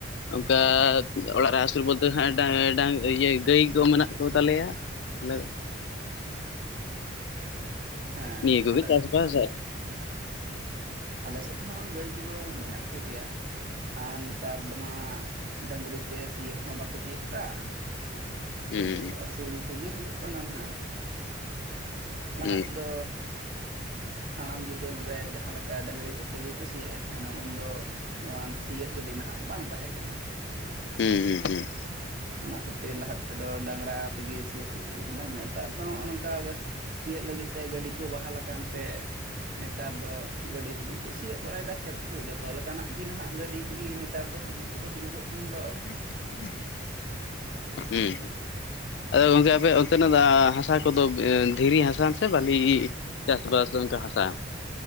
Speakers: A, on the left; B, on the right.
A: ᱚᱱᱠᱟ ᱚᱲᱟᱜ ᱨᱮ ᱟᱹᱥᱩᱞ ᱵᱚᱞᱛᱮ ᱰᱟ ᱰᱟ ᱤᱭᱟᱹ ᱜᱟᱹᱭ ᱠᱚ ᱢᱮᱱᱟᱜ ᱠᱚ ᱛᱟᱞᱮᱭᱟ᱾ <unintelligible>
B: ᱦᱮᱸ
A: ᱱᱤᱭᱟᱹ ᱠᱚ
B: ᱟᱞᱮ
A: ᱜᱮ ᱪᱟᱥᱵᱟᱥ
B: ᱥᱮᱫ ᱦᱚᱸ
A: <unintelligible>
B: ᱟᱞᱮ ᱥᱮᱫ ᱦᱚᱸ ᱜᱟᱹᱭ ᱠᱚᱫᱚ ᱢᱮᱱᱟᱜ ᱠᱚᱜᱮᱭᱟ ᱟᱨ ᱱᱮᱛᱟᱨ ᱫᱚᱢᱟ ᱰᱟᱹᱟᱝᱨᱤ ᱛᱮ ᱥᱤᱭᱳᱜ ᱦᱚᱸ ᱵᱟᱠᱚ ᱥᱤᱭᱳᱜ ᱮᱫᱟ᱾
A: ᱦᱩᱸ
B: ᱥᱩᱫᱷᱩ ᱟᱹᱥᱩᱞ ᱠᱚᱜᱮ ᱦᱩᱭᱩᱜ ᱠᱟᱱᱟ ᱱᱟᱦᱟᱜ᱾ ᱞᱟᱦᱟ
A: ᱦᱩᱸ
B: ᱛᱮᱫᱚ ᱦᱟᱲᱟᱢ ᱵᱤᱫᱟᱹᱞ ᱨᱮ ᱡᱟᱦᱟᱸ ᱞᱮᱠᱟ ᱰᱟᱹᱝᱨᱤ ᱠᱚᱛᱮ ᱜᱮ ᱠᱚ ᱥᱤᱭᱮᱫ ᱛᱟᱦᱮᱱᱟ ᱩᱱᱫᱚ᱾ ᱱᱚᱣᱟ ᱥᱤᱭᱳᱜ ᱜᱟᱹᱰᱤ ᱱᱟᱦᱟᱜ ᱵᱟᱝ ᱛᱟᱦᱮᱸ ᱠᱟᱱᱟ᱾
A: ᱦᱩᱸ ᱦᱩᱸ ᱦᱩᱸ
B: ᱚᱱᱟ ᱠᱷᱟᱹᱛᱤᱨ ᱞᱟᱦᱟ ᱛᱮᱫᱚ ᱰᱟᱝᱨᱟ ᱛᱮᱜᱮ ᱥᱤᱭᱩᱜ ᱦᱩᱭᱩᱜ ᱠᱟᱱ ᱛᱟᱦᱮᱱᱟ ᱱᱮᱛᱟᱨ ᱫᱚ ᱦᱚᱸ ᱱᱚᱝᱠᱟ ᱥᱤᱭᱳᱜ ᱞᱟᱹᱜᱤᱫ ᱛᱮ ᱜᱟᱹᱰᱤ ᱠᱚ ᱵᱟᱦᱟᱞ ᱟᱠᱟᱱ ᱛᱮ ᱱᱮᱛᱟᱨ ᱫᱚ ᱜᱟᱹᱰᱤ ᱛᱮᱜᱮ ᱠᱚ ᱥᱤᱭᱳᱜ ᱵᱟᱲᱟᱭᱫᱟ ᱠᱷᱮᱛ ᱠᱚ ᱡᱚᱛᱚ ᱞᱮᱠᱟᱱᱟᱜ ᱜᱮ ᱱᱟᱦᱟᱜ ᱜᱟᱹᱰᱤ ᱛᱮᱜᱮ ᱱᱮᱛᱟᱨ ᱫᱚ ᱠᱟᱹᱢᱤ ᱠᱚᱫᱚ ᱦᱩᱭᱩᱜᱚᱜ ᱠᱟᱱ ᱫᱚ᱾
A: <inaudible> ᱦᱩᱸ, ᱟᱫᱚ ᱜᱚᱝᱠᱮ ᱟᱯᱮ ᱚᱱᱛᱮᱱᱟᱜ ᱫᱚ ᱦᱟᱥᱟ ᱠᱚᱫᱚ ᱫᱷᱤᱨᱤ ᱦᱟᱥᱟ ᱥᱮ ᱵᱟᱹᱞᱤ? ᱪᱟᱥᱵᱟᱥ ᱫᱚ ᱚᱱᱠᱟ ᱦᱟᱥᱟ᱾